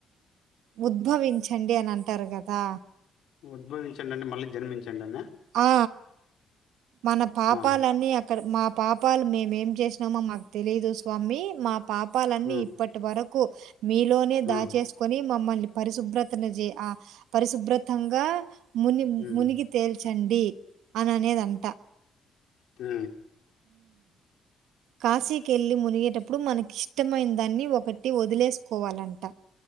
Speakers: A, on the right; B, on the left.
A: ఉద్భవించండి అని అంటారు కదా
B: ఉద్భవించం అంటడి మళ్ళీ జన్మించం ఏంటి
A: ఆ మన పాపాలన్నీ
B: ఆ!
A: అక్కడ మా పాపాలు మేముేం చేసినామో మాకు తెలీదు స్వామి మా పాపాలన్నీ
B: ఆ!
A: ఇప్పటి వరకు కు మీలోనే దాచేసుకొని
B: ఆ!
A: మమ్మల్ని పరిశుభ్రతను చే ఆ పరిశుభ్రతంగా ముని
B: హ్మ్.
A: మునిగి తేల్చండి అని అనేది అం
B: ఊ
A: కాశీకి వెళ్ళలి మునిగేటప్పుడు మనకి ఇష్టమైన దాన్ని ఒకటి వదిలేసుకోవాలంట